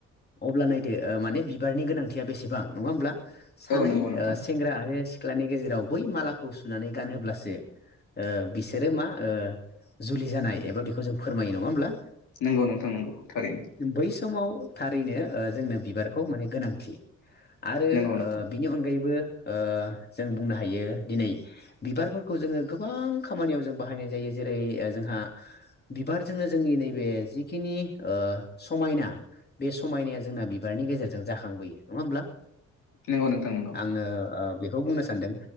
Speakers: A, on the left; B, on the left.
A: अब्ला नायदो माने बिबारनि गोनांथिया बेसेबां नङा होमब्ला सानै
B: औ नंगौ नोंथां
A: अ सेंग्रा आरो सिख्लानि गेजेराव बै मालाखौ सुनानै गानहोब्लासो ओ बिसोरो मा ओ जुलि जानाय एबा बेखौ जों फोरमायो नङा होमब्ला
B: नंगौ नोंथां नंगौ थारैनो
A: बै समाव थारैनो ओ जोंनो बि- बारखौ माने गोनांथि आरो
B: नंगौ नोंथां
A: ओ अनगायैबो ओ जों बुंनो हायो दिनै बिबारफोर- खौ जोङो गोबां खामानियाव जों बाहायनाय जायो जेरै ओ जोंहा बिबारजोंनो जोंनि नैबे जिखिनि ओ समायना बे समायनाया जोंना बि- बिबारनि गेजेरजों जाखांबोयो नङा होमब्ला?
B: नंगौ नोंथां नंगौ
A: आङो ओ बेखौ बुंनो सानदों